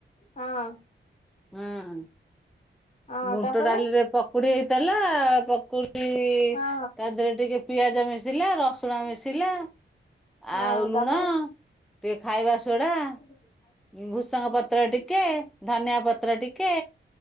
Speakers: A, on the left; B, in the centre.
A: ହଁ।
B: ହୁଁ
A: ହଁ
B: ବୁଣ୍ଟଡାଲିରେ
A: ତାପରେ
B: ପକୁଡି ହେଇଥିଲା ପକୁ ଇ
A: ହଁ
B: ତା ଦେହରେ ଟିକେ ପିଆଜ ମିଶିଲା ରସୁଣ ମିଶିଲା।
A: ହଁ
B: ଆଉ
A: ତାପରେ
B: ଲୁଣ ଟିକେ ଖାଇବା ସୋଡ଼ା।
A: <inaudible>
B: ଉଁ ଭୃସଙ୍ଗ ପତ୍ର ଟିକେ ଧନିଆ ପ ପତ୍ର ଟିକେ